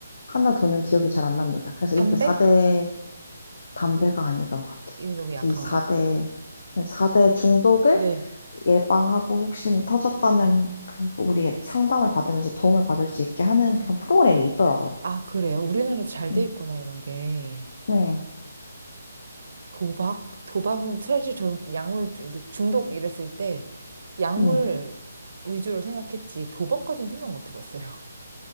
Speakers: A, on the left; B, on the right.
A: 하나 더는 기억이 잘 안 납니다. 그래서
B: 담배?
A: 이렇게 사대 담배가
B: 이-
A: 아니었던 것 같아.
B: 이게 너무
A: 그래서
B: 약한가?
A: 이 4대, 사대 중독을
B: 네.
A: 예방하고 혹시 터졌다면 그 우리의 상담을 받으면서 도움을 받을 수 있게 하는 그런 프로그램이 있더라고요.
B: 아, 그래요? 우리나라도 잘
A: 음,
B: 돼 있구나, 이런 게.
A: 네.
B: 도박? 도박은 사실 전 약물 중- 그 중독 이랬을 때 약물
A: 네.
B: 위주로 생각했지 도박까지는 생각 못 해봤어요. <laughs>